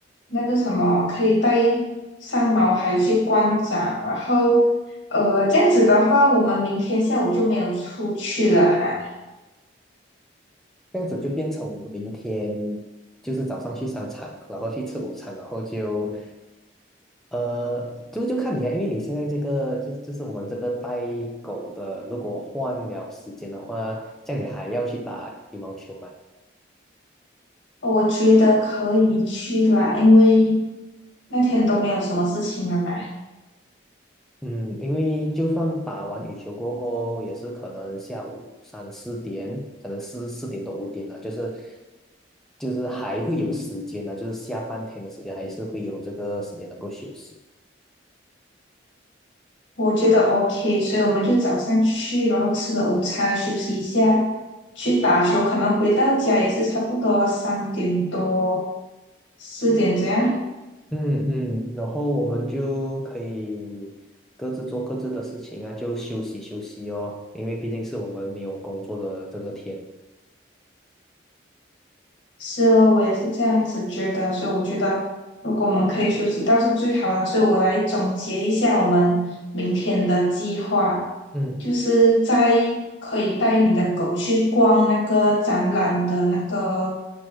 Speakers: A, on the left; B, in the centre.
A: 那个什么，可以带上毛孩去观展，然后呃，这样子的话，我们明天下午就没有出去了哈。
B: 这样子就变成我们明天就是早上去商场，然后去吃午餐，然后就呃，就就看你啊，因为你现在这个就就是我们这个带狗的，如果换了时间的话，这样你还要去打羽毛球吗？
A: 我觉得可以去啦，因为那天都没有什么事情了嘛，
B: 嗯，因为就算打完羽球过后，也是可能下午三四点，可能四四点多五点了，就是就是还会有时间呢，就是下半天的时间还是会有这个时间能够休息。
A: 我觉得 OK，所以我们就早上去，然后吃了午餐，休息一下，去打球，可能回到家也是差不多三点多、四点这样。
B: 嗯嗯，然后我们就可以各自做各自的事情啊，就休息休息哦，因为毕竟是我们没有工作的这个天。
A: 是哦，我也是这样子觉得，所以我觉得如果我们可以休息倒是最好了。所以我来总结一下我们明天的计划，
B: 嗯
A: 就是在可以带你的狗去逛那个展览的那个